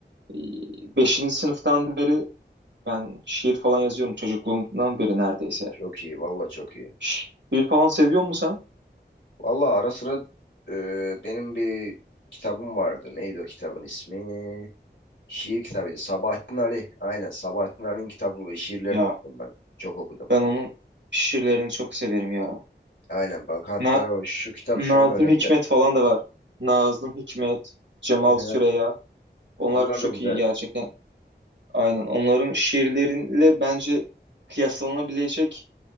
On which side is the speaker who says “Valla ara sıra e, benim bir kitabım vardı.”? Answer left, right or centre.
Left